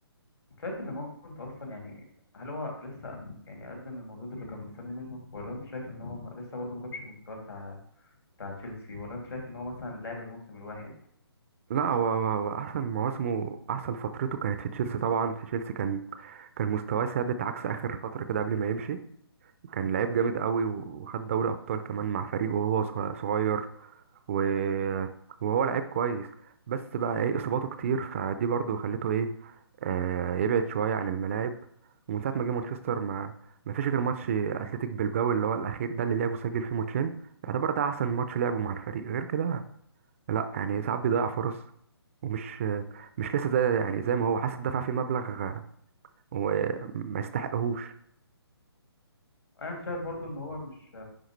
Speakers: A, on the left; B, on the right.
A: انت شايف ان مون انت اصلا يعني هل هو لسه يعني قدم المردود اللي كان مستني منه ولا انت شايف ان هو م- لسه برضه ما جابش المستوى بتاع بتاع تشيلسي ولا انت شايف ان هو مثلا لعب الموسم الواحد
B: لا هو هو- هو أحسن مواسمه أحسن فترته كانت في تشيلسي طبعا في تشيلسي كان كان مستواه ثابت عكس آخر فترة كده قبل ما يمشي كان لعيب جامد قوي و- وخد دوري أبطال كمان مع فريقه وهو صغ- صغير و... وهو لعيب كويس بس بقى ايه اصاباته كتير فدي برضو خلته ايه آه، يبعد شوية عن الملاعب ومن ساعة ما جه مانشستر ما ما فيش غير ماتش أتلتيك بلباو اللي هو الأخير ده اللي لعبه سجل فيه ماتشين يعتبر ده أحسن ماتش لعبه مع الفريق غير كده لأ يعني ساعات بيضيع فرص ومش مش لسه زي يعني زي ما هو حاسس دفع فيه مبلغ آه، وما يستحقهوش
A: انا انت شايف برضه ان هو مش